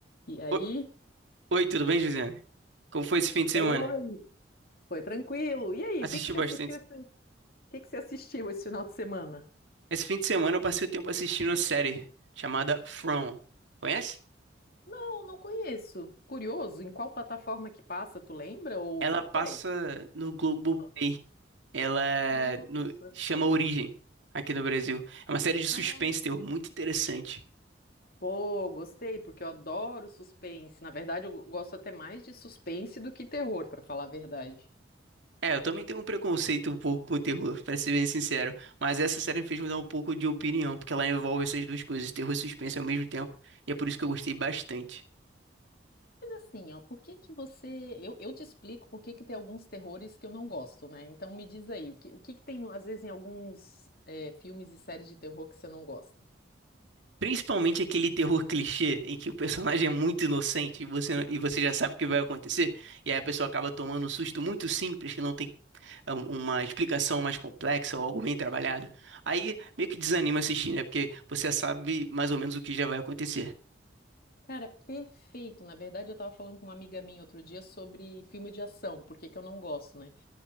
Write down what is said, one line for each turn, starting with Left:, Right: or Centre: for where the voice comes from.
Left: E aí?
Right: O- Oi, tudo bem, Josiane? Como foi esse fim de semana?
Left: Oi, foi tranquilo. E aí,
Right: Assisti
Left: o que que você
Right: bastante.
Left: assistiu esse, o que que você assistiu esse final de semana?
Right: Esse fim de semana eu passei o tempo assistindo uma série chamada From. Conhece?
Left: Não, não conheço. Curioso, em qual plataforma que passa, tu lembra? Ou,
Right: Ela passa
Left: peraí.
Right: no Globoplay.
Left: Ah.
Right: Ela
Left: Nossa,
Right: no- chama Origem aqui no Brasil. É uma série de suspense
Left: ah,
Right: e terror muito interessante.
Left: Pô, gostei, porque eu adoro suspense. Na verdade, eu gosto até mais de suspense do que terror, pra falar a verdade.
Right: É, eu também tenho um preconceito um pouco com o terror, pra ser bem sincero. Mas essa série me fez mudar um pouco de opinião, porque ela envolve essas duas coisas, terror e suspense ao mesmo tempo. E é por isso que eu gostei bastante.
Left: Mas assim, ó, por que que você... Eu, eu te explico por que que tem alguns terrores que eu não gosto, né? Então me diz aí, o que, o que que tem, às vezes, em alguns eh, filmes e séries de terror que você não gosta?
Right: Principalmente aquele terror clichê em que o personagem é muito inocente e você, e você já sabe o que vai acontecer, e aí a pessoa acaba tomando um susto muito simples, que não tem é, um- uma explicação mais complexa ou algo bem trabalhado. Aí meio que desanima assistir, né? Porque você já sabe mais ou menos o que já vai acontecer.
Left: Cara, perfeito. Na verdade, eu tava falando com uma amiga minha outro dia sobre filme de ação, Porque que que eu não gosto, né?